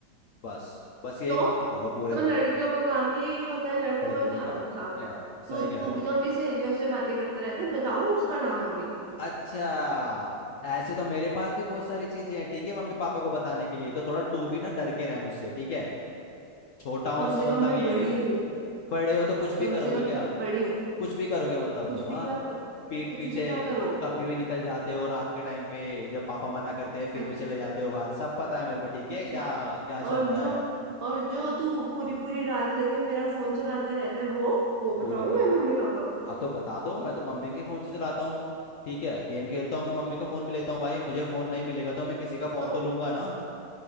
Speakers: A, on the left (about 65°); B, on the right (about 65°).
A: बस बस यही
B: तो
A: करवाते हो पूरे
B: तो
A: दिन
B: लड़कियों का काम ही यही होता है लड़कों
A: लड़कियों
B: का क्या
A: का काम है
B: काम
A: क्या
B: है तू
A: सही
B: तू
A: कह रहे हो
B: भी तो अपनी सहेलियों से बातें करता रहता है बताऊं उसका नाम अभी
A: अच्छा ऐसे तो मेरे पास भी बहुत सारी चीजें हैं ठीक है मम्मी पापा को बताने के लिए तो थोड़ा तू भी ना डर के रह मुझसे ठीक है छोटा हूँ
B: कम
A: इसका
B: से
A: मतलब
B: कम मैं
A: ये
B: बड़ी
A: नहीं
B: हूँ
A: बड़े हो तो कुछ
B: कम
A: भी करोगे
B: से कम
A: क्या
B: मैं बड़ी हूँ
A: कुछ भी करोगे मतलब
B: कुछ
A: तुम
B: भी
A: हाँ
B: क्या करोगे
A: पीठ
B: कुछ
A: पीछे
B: भी क्या करोगे
A: कभी भी निकल जाते हो रात के टाइम पे जब पापा मना करते हैं फिर
B: अच्छा
A: भी चले जाते हो बाहर सब पता है मेरे को ठीक
B: अच्छा
A: है क्या क्या चल
B: और
A: रहा
B: जो
A: है
B: और जो तू पूरी पूरी रात लेके मेरा फोन चलाता रहता है वो वो
A: पूरी
B: बताऊं
A: पूरी
B: मैं
A: बंद
B: मम्मी
A: है
B: पापा को
A: हाँ तो बता दो मैं तो मम्मी के फोन से चलाता हूँ ठीक है गेम खेलता हूँ मैं मम्मी का फोन भी लेता हूँ भाई मुझे फोन नहीं मिलेगा तो मैं किसी का फोन
B: तो
A: तो लूंगा ना